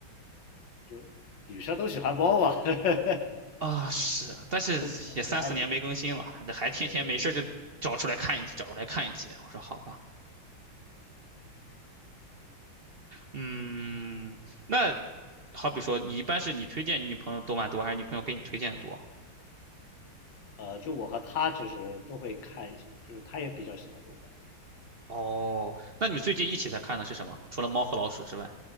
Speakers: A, on the left (about 60°); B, on the right (about 60°).
A: 就就女生都喜欢猫嘛，<laughs>
B: 啊。是，但是也三四年没更新了，
A: 都喜欢可爱的。
B: 这还天天没事儿就找出来看一集，
A: 对对对。
B: 找出来看一集。我说好吧，嗯，那好比说你一般是你推荐你女朋友动漫多，还是女朋友给你推荐的多？
A: 呃，就我和他其实都会看一些，就是他也比较喜欢动漫。
B: 哦，那你们最近一起在看的是什么？除了《猫和老鼠》之外，